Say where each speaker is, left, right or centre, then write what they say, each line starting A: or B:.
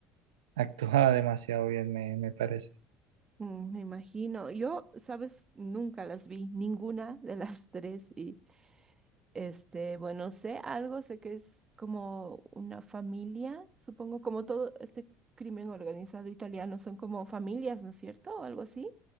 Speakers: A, on the right; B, on the right.
A: <laughs> actúa demasiado bien, me, me parece.
B: Mm, Me imagino. Yo, sabes, nunca las vi, ninguna de las <laughs> tres. Y este, bueno, sé algo, sé que es como una familia, supongo, como todo este crimen organizado italiano, son como familias, ¿no es cierto? O algo así.